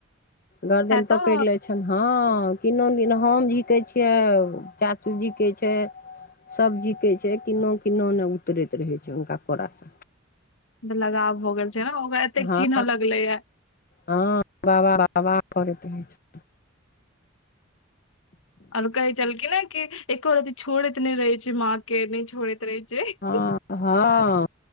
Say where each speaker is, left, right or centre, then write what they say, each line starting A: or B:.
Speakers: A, on the left; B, on the left.
A: गरदिन पकड़ि
B: तऽ
A: लय छै। छ हँ किनादिन कि हम झिकै छियै चाचू झिकै छै। सभ जिकैय छै किन्नो किन्नो नहि उतरैत रहै छै हुनका कोरास।
B: लगाव भ गेल छै ने ओकरा एतेक
A: हँ
B: चिन्ह लगले या।
A: हँ बाबा बाबा करैत रहै छै।
B: आर कहे छलखिन ने कि एको रति छोड़ैत नहि रहे छै माँ के नहि छोड़ैत रहे छै।
A: हँ हँऽ।